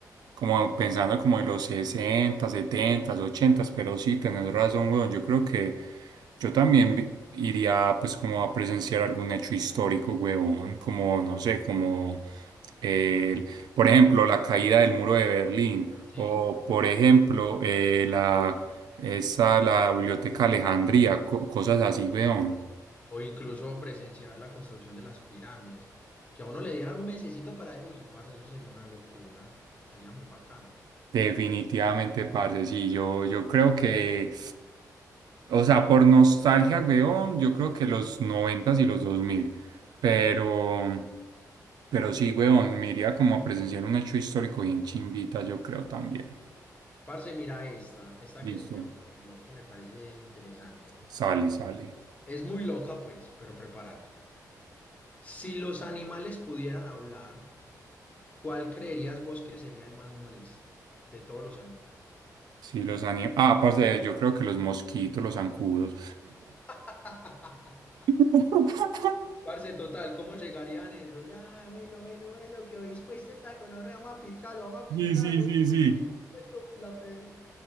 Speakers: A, on the right; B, on the left.
A: como pensando como en los 60, 70, 80, pero sí, tenés razón, weón. Yo creo que yo también vi- iría pues como a presenciar algún hecho histórico, weón, como, no sé, como, el- por ejemplo, la caída del muro de Berlín
B: Sí.
A: o, por ejemplo, eh, la, esa, la Biblioteca Alejandría, co- cosas así, weón.
B: O incluso presenciar la construcción de las pirámides. Que a uno le dieran un mesecito para, uy, parce, eso sería una locura. Sería muy bacano.
A: Definitivamente, parce, sí, yo, yo creo que... O sea, por nostalgia, weón, yo creo que los 90 y los 2000. Pero, pero sí, weón, me iría como a presenciar un hecho histórico bien chimbita, yo creo también.
B: Parce, mira esta, esta
A: Listo.
B: que se me ocurrió, que me parece interesante.
A: Sale, sale.
B: Es muy loca, pues, pero prepárate. Si los animales pudieran hablar, ¿cuál creerías vos que sería el más molesto de todos los animales?
A: Sí, los anim... Ah, aparte, yo creo que los mosquitos, los zancudos.
B: <laughs>
A: <laughs>
B: Parce, total, ¿cómo llegarían ellos? Ah, velo, velo, velo, que hoy puesta esta gonorrea, vamos a picarlo, vamos a picarlo.
A: Sí, sí, sí,
B: Uy,
A: sí.
B: esto la pego.